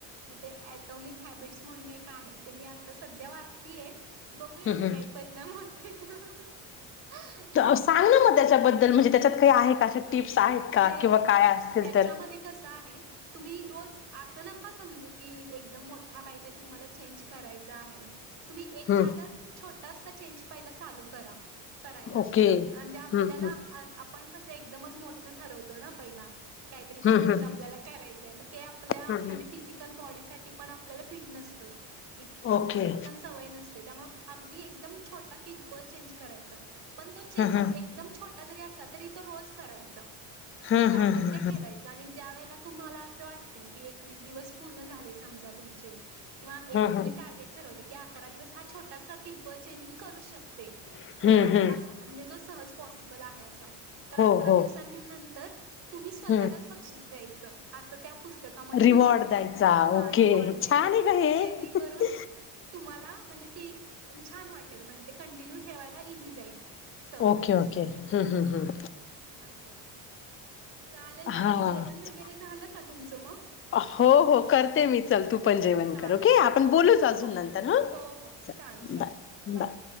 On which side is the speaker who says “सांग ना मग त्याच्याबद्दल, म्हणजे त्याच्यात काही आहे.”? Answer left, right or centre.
Left